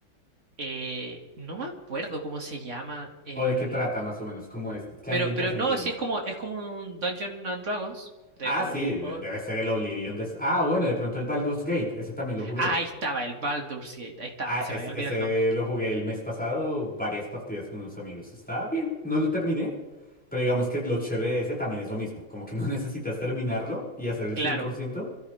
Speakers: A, on the right (about 35°); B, in the centre.
A: Eh, no me acuerdo cómo se llama el.
B: ¿O de qué trata más o menos? ¿Cómo es? ¿Qué
A: Pero,
B: ambientación
A: pero no,
B: tiene?
A: sí es como, es como un Dungeons and Dragons. De
B: Ah,
A: como
B: sí,
A: un juego.
B: de- debe ser el Oblivion. de- Ah, bueno, de pronto el Baldur's Gate, ese también lo jugué.
A: Ah, ahí estaba, el Baldur's Gate. Ahí está,
B: Ah, es-
A: se me había olvidado
B: ese
A: el nombre.
B: lo jugué el mes pasado, varias partidas con unos amigos. Está bien, no lo terminé, pero digamos que lo chévere de ese también es lo mismo, como que no <laughs> necesitas terminarlo y hacer el cien
A: Claro,
B: por ciento